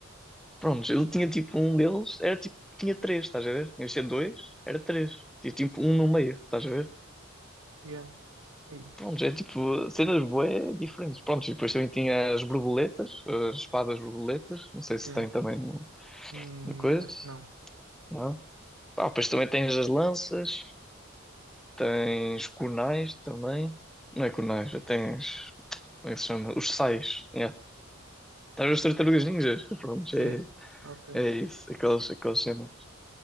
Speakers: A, in the centre; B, on the right.
A: Prontos, ele tinha tipo um deles, era tipo, tinha três, estás a ver? Em vez de ser dois, era três. Tinha tipo um no meio, estás a ver?
B: Yeah. Aí.
A: Prontos, é tipo cenas bué diferentes. Prontos, e depois também tinha as borboletas, as espadas borboletas, não sei se
B: Sim.
A: tem também no,
B: Hum,
A: no coisa,
B: acho que não.
A: não? Ah, depois também tens as lanças, tens kunais também. Não é kunais, já tens, como é que se chama? Os sais, yeah. Estás a ver os tartarugas ninjas? Prontos,
B: Sim.
A: é,
B: Ok.
A: é isso, aquelas, aquelas cenas.